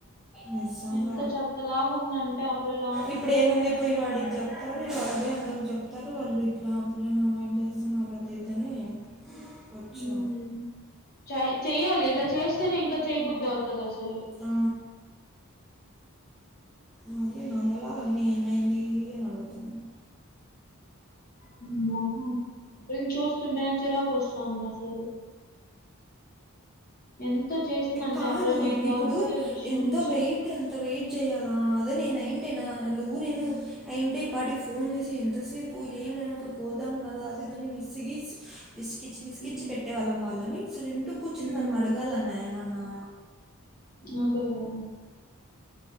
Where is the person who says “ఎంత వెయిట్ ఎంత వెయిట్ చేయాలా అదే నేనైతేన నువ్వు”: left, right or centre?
Centre